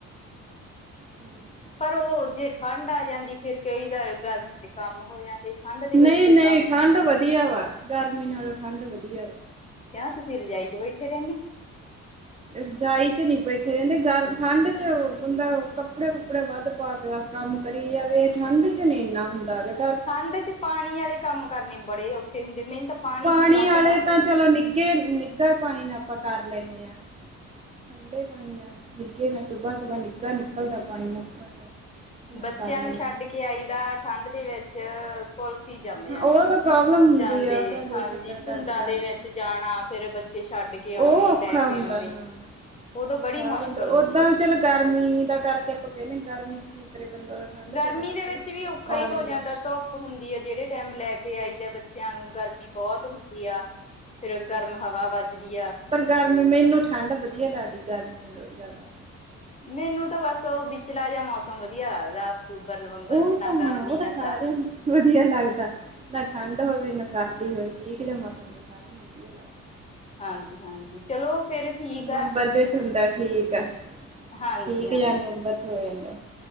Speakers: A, on the right; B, on the left.
A: ਹਮ।
B: ਪਰ ਉਹ ਜੇ ਠੰਡ ਆ ਜਾਂਦੀ, ਫਿਰ ਕਈਦਾ ਗਰਮੀ 'ਚ ਕੰਮ ਹੋ ਜਾਂਦੇ। ਠੰਢ ਦੇ
A: ਨਈ,
B: ਵਿੱਚ ਕੋਈ
A: ਨਈ
B: ਕੰਮ ਨਹੀਂ
A: ਠੰਢ
B: ਹੁੰਦਾ
A: ਵਧੀਆ ਵਾ, ਗਰਮੀ ਨਾਲੋਂ ਠੰਢ ਵਧੀਆ ਵਾ।
B: ਕਿਆ ਤੁਸੀਂ ਰਜਾਈ 'ਚ ਬੈਠੇ ਰਹਿੰਦੇ?
A: ਰਜਾਈ 'ਚ ਨਹੀਂ ਬੈਠੇ ਰਹਿੰਦੇ, ਗਰਮ, ਠੰਢ 'ਚ ਬੰਦਾ ਕੱਪੜੇ ਕੁੱਪੜੇ ਵੱਧ ਪਾ ਕੇ ਬਸ ਕੰਮ ਕਰੀ ਜਾਵੇ, ਠੰਡ 'ਚ ਨੀ ਇੰਨਾ ਹੁੰਦਾ, ਮਗਰ
B: ਠੰਡ 'ਚ ਪਾਣੀ ਵਾਲੇ ਕੰਮ ਕਰਨੇ ਬੜੇ ਔਖੇ ਹੁੰਦੇ, ਮੇਨੂੰ ਤਾਂ
A: ਪਾਣੀ
B: ਚ ਹੀ ਵੱਧ
A: ਆਲੇ
B: ਕੰਮ
A: ਤਾਂ
B: ਰਹਿੰਦਾ
A: ਚਲੋ, ਨਿੱਘੇ -ਨਿੱਘਾ ਪਾਣੀ ਨਾਲ ਆਪਾਂ ਕਰ ਲੈਂਦੇ ਆ। ਠੰਡੇ ਪਾਣੀ ਨਾਲ, ਨਿੱਘੇ ਨਾਲ ਸੁਬਾਹ -ਸੁਬਾਹ ਨਿੱਘਾ ਨਿਕਲਦਾ ਪਾਣੀ ਮੋਟਰ ਦਾ। ਤੇ ਨਾਲ
B: ਬੱਚਿਆਂ
A: ਕਰ
B: ਨੂੰ
A: ਲਈਦਾ
B: ਛੱਡ ਕੇ ਆਈ ਦਾ ਠੰਢ ਦੇ ਵਿੱਚ। ਕੁਲਫੀ ਜੰਮ
A: ਹਾਂ
B: ਜਾਂਦੀ
A: ਉਹ
B: ਹੈ
A: ਤਾਂ ਪ੍ਰੋਬਲਮ ਹੁੰਦੀ
B: ਜਾਂਦੇ,
A: ਆ ਉਹ ਤਾਂ ਜਦੋਂ
B: ਹਾਂਜੀ,
A: ਛੱਡਣ ਕਰਨ
B: ਧੁੰਦਾਂ
A: ਜਾਣਾ
B: ਦੇ ਵਿੱਚ ਜਾਣਾ ਫੇਰ ਬੱਚੇ ਛੱਡ ਕੇ
A: ਉਹ
B: ਆਉਣੇ,
A: ਔਖਾ
B: ਲੈ ਕੇ
A: ਹੁੰਦਾ
B: ਆਉਣੇ,
A: ਹਾਂ
B: ੳਦੋਂ ਬੜੀ
A: ਬਾਹਰ
B: ਮੁਸ਼ਕਲ
A: ਅੰਦਰ ਓਦਾਂ
B: ਹੁੰਦੀ ਐ।
A: ਵੀ ਚਲ ਗਰਮੀ ਦਾ ਕਰਕੇ, ਆਪਾਂ ਕਹਿੰਦੇ ਗਰਮੀ 'ਚ ਕੀ ਕਰੇ ਬੰਦਾ ਠੰਡ
B: ਗਰਮੀ
A: ਚ ਤਾਂ ਕੱਪੜੇ
B: ਦੇ ਵਿੱਚ ਵੀ ਔਖਾ
A: ਪਾ
B: ਹੀ
A: ਲੈਂਦਾ
B: ਹੋ ਜਾਂਦਾ, ਧੁੱਪ ਹੁੰਦੀ ਆ, ਜਿਹੜੇ ਟਾਈਮ ਲੈ ਕੇ ਆਈ ਦਾ ਬੱਚਿਆਂ ਨੂੰ ਗਰਮੀ ਬਹੁਤ ਹੁੰਦੀ ਆ। ਫੇਰ ਗਰਮ ਹਵਾ ਵੱਜਦੀ ਆ।
A: ਪਰ ਗਰਮੀ, ਮੈਂਨੂੰ ਠੰਢ ਵਧੀਆ ਲਾਗਦੀ ਗਰਮੀ ਨਾਲੋਂ ਜ਼ਿਆਦਾ।
B: ਮੈਨੂੰ ਤਾਂ ਬਸ ੳਹ, ਵਿਚਲਾ ਜਿਹਾ ਮੌਸਮ ਵਧੀਆ ਲੱਗਦਾ। ਅਕਟੂਬਰ, ਨਵੰਬਰ
A: ਉਹ
B: ਚ ਨਾ
A: ਤਾਂ
B: ਗਰਮੀ
A: ਹਾਂ ਉਹ ਤਾਂ
B: ਨਾ
A: ਸਾਰਿਆਂ
B: ਸਰਦੀ।
A: ਨੂੰ ਵਧੀਆ ਲੱਗਦਾ ਨਾ ਠੰਡ ਹੋਵੇ ਨਾ ਸਰਦੀ ਹੋਵੇ ਠੀਕ ਜੀ ਮੌਸਮ ਤਾਂ ਸਾਰਿਆਂ ਨੂੰ ਵਧੀਆ ਲੱਗਦਾ।
B: ਹਾਂਜੀ ਹਾਂਜੀ ਚਲੋ ਫੇਰ ਠੀਕ
A: ਨਵੰਬਰ
B: ਆ
A: ਚ ਹੁੰਦਾ ਠੀਕ ਆ।
B: ਹਾਂਜੀ
A: ਠੀਕ
B: ਹਾਂਜੀ
A: ਯਾਰ ਨਵੰਬਰ ਚ ਹੋ ਜਾਂਦਾ।